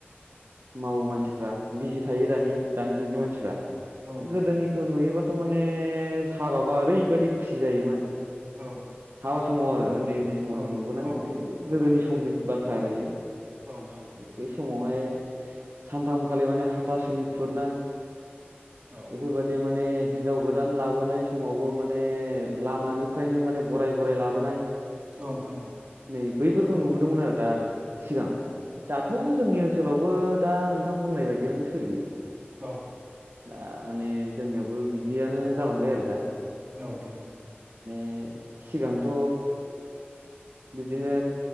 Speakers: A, on the right (about 65°); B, on the right (about 30°).
A: मावो
B: नोंथां
A: मानसिफ्रा बिजि थायो दानि
B: औ
A: दानि जुगनि
B: औ
A: मानसिफ्रा
B: औ नोंथां
A: गोदोनिखौ नुयोबाथ थ माने हाबाबा ओरैबायदि खुसि जायोमोन
B: औ
A: हाबा समाव आरो उन्दै उन्दै समाव
B: नोंथां
A: जों नुबोनाय माने बे
B: औ नोंथां औ
A: गोदोनि समनि बाथ्रा थारैयो
B: औ नोंथां
A: बै समावहाय सानथामखालि माने हाथासुनि खुरनाय
B: औ नोंथां औ नोंथां औ नोंथां औ नोंथां औ नोंथां औ नोंथां औ नोंथां औ
A: बेफोर बादिया माने हिनजाव गोदान लाबोनाय समावबो माने लामानिफ्रायनो माने बराय बराय लाबोनाय।
B: औ नोंथां औ।
A: नै बैफोरखौ नुबोदोंमोन आरो दा। सिगां दाथ' जोंनि ओनसोलाव। वबो दा नोंथां बुंनाय बायदियानो सोलियो।
B: औ
A: दा माने जोंनियाबो बिदियानो जालांबाय आरो दा।
B: औ नोंथां औ।
A: माने सिगांथ' बिदिनो